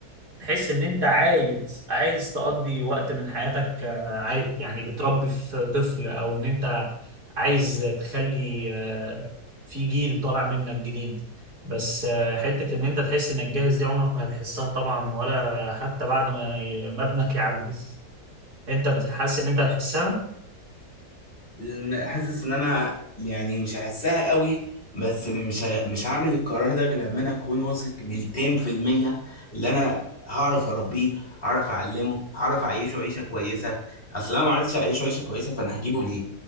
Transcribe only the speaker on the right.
تحس ان انت عايز عايز تقضي وقت من حياتك آه، عاي- يعني بتربي في طفل او ان انت عايز تخلي آه، في جيل طالع منك جديد بس آه، حتة ان انت تحس انك جاهز دي عمرك ما هتحسها طبعا ولا حتى بعد ما ي- ما ابنك يعجز انت بتحس ان انت هتحسها